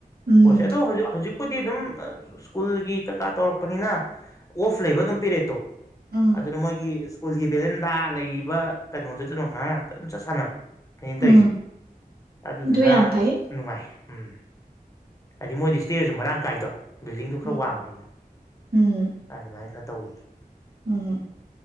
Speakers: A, on the right; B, on the left.
A: ꯎꯝ
B: ꯄꯩꯁꯥ ꯑꯗꯨ ꯍꯧꯖꯤ ꯍꯧꯖꯤꯛ ꯄꯨꯗꯤ ꯑꯗꯨꯝ ꯁ꯭ꯀꯨꯜꯒꯤ ꯀꯀꯥ ꯇꯧꯔꯛꯄꯅꯤꯅ ꯑꯣꯐ ꯂꯩꯕ ꯑꯗꯨꯝ ꯄꯤꯔꯦꯠꯇꯣ
A: ꯎꯝ
B: ꯑꯗꯨꯅ ꯃꯣꯏꯒꯤ ꯁ꯭ꯀꯨꯜꯒꯤ ꯕꯦꯂꯦꯟꯗꯥ ꯂꯩꯔꯤꯕ ꯀꯩꯅꯣꯗꯨꯁꯨ ꯑꯗꯨꯝ ꯉꯔꯥꯡ ꯉꯥꯛꯇ ꯑꯗꯨꯝ ꯆꯠ ꯁꯥꯟꯅꯕ ꯑꯩꯅ ꯇꯧꯔꯤꯁꯦ
A: ꯎꯝ
B: ꯑꯗꯨꯗꯨꯅ
A: ꯑꯗꯨ ꯌꯥꯝ ꯐꯩ
B: ꯅꯨꯡꯉꯥꯏ ꯎꯝ ꯍꯥꯏꯗꯤ ꯃꯣꯏꯗꯤ ꯏꯁ꯭ꯇꯦꯖꯁꯨ ꯃꯔꯥꯡ ꯀꯥꯏꯗꯣ ꯕꯤꯜꯗꯤꯡꯗꯨꯣ ꯈꯔ
A: ꯎꯝ
B: ꯋꯥꯡꯕꯅꯤꯅ
A: ꯎꯝ
B: ꯑꯗꯨꯃꯥꯏꯅ ꯈꯔ ꯇꯧꯔꯤ
A: ꯎꯝ